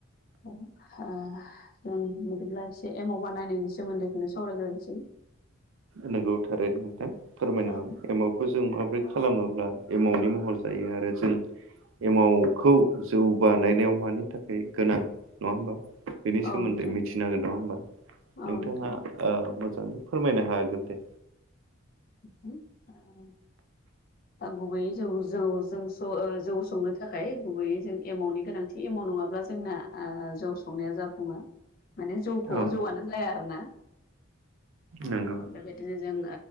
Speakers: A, on the left; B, on the right.
A: <unintelligible> जों बिदिब्ला एसे एमाव बानायनायनि सोमोन्दैखौनो सावरायग्रोनोसै
B: नोंगौ थारैनो फोरमायनो
A: औ
B: <unintelligible> एमावखौ जों माबोरै खालामोब्ला एमावनि महर जायो आरो जों एमावखौ जौ बानायनायाव मानि थाखाय गोनां नङा होमबा। बेनि सोमोन्दै
A: औ नोंथां
B: मिथिनो हागोन नङा होमबा
A: औ
B: नोंथाङा
A: नोंथां
B: मोजाङै फोरमायनो हागोन दे।
A: <inaudible> गुबैयै जौ जौ जों जौ संनो थाखाय गुबैयै जों एमावनि गोनांथि एमाव नङाब्ला जोंना जौ संनाया जाफुङा। माने जौखौ
B: औ
A: जौआनो जाया आरोना। औ
B: नंगौ
A: बेबाय बिदिनो जों